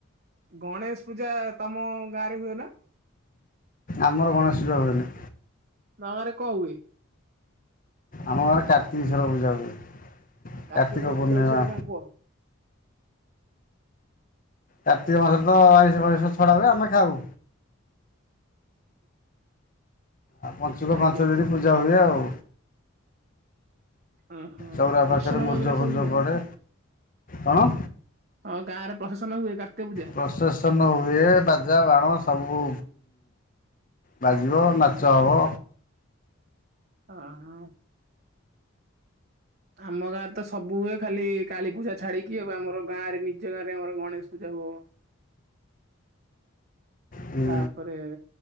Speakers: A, on the right; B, on the left.
A: ଗଣେଶ ପୂଜା ତମ ଗାଁ ରେ ହୁଏ ନା?
B: ଆମର ଗଣେଶ ପୂଜା ହୁଏନି।
A: ତମ ଗାଁରେ କଣ ହୁଏ?
B: ଆମ ଗାଁରେ କାର୍ତ୍ତିକେଶ୍ଵର ପୂଜା ହୁଏ
A: କାର୍ତ୍ତିକେଶ୍ଵର
B: କାର୍ତ୍ତିକ ପୂର୍ଣ୍ଣିମା
A: ପୂଜା ବିଷୟରେ କଣ କୁହ?
B: କାର୍ତ୍ତିକ ମାସରେ ତ ଅଇଁଶହ ଫାଇଁଶହ ଛଡା ହୁଏ ଆମେ ଖାଉ।
A: <inaudible>
B: ଆଉ ପଞ୍ଚୁକ
A: ଆଜ୍ଞା
B: ପାଞ୍ଚ ଦିନ ପୂଜା ହୁଏ ଆଉ।
A: ଓହୋ
B: ଚଉଁରା
A: ପ୍ରଶ୍ନ
B: ପାଖରେ
A: ବଗେରା
B: ମୁରୁଜ
A: ସବୁ
B: ଫୁରୁଜ
A: ହୁଏ?
B: ପଡେ କଣ?
A: ହଁ ଗାଁରେ ପ୍ରସେସନ ହୁଏ କାର୍ତିକ ପୂଜା?
B: ପ୍ରସେସନ ହୁଏ ବାଜା ବାଣ ସବୁ ବାଜିବ ନାଚ ହେବ।
A: ହଁ <inaudible> ଆମ ଗାଁରେ ତ ସବୁ ହୁଏ ଖାଲି କାଳି ପୂଜା ଛାଡିକି ହବ ଆମର ଗାଁ ରେ ନିଜ ଗାଁରେ ଆମର ଗଣେଶ ପୂଜା ହୁବ।
B: ହୁଁ
A: ତାପରେ